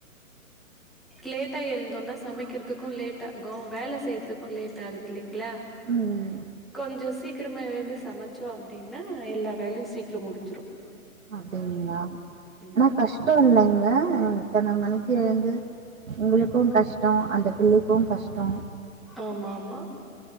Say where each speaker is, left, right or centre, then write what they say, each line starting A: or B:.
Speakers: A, in the centre; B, on the right.
A: லேட்டா எழுந்தோனா சமைக்கிறதுக்கு லேட் ஆகு வேலை செய்யறதுக்கு லேட் ஆகுது இல்லிங்ளா
B: உம் உம்
A: கொஞ்சோ சீக்கிரமா எழுந்து சமைச்சோ அப்டின்னா எல்லா வேலையு சீக்கிரோ முடிஞ்சிரும்
B: அப்டிங்ளா
A: ம்
B: ஆனா கஷ்டோ இல்லிங்க இத்தனை மணிக்கு எழுந் உங்களுக்கு கஷ்டோ அந்த பிள்ளைக்கு கஷ்டோ
A: ஆமா ஆமா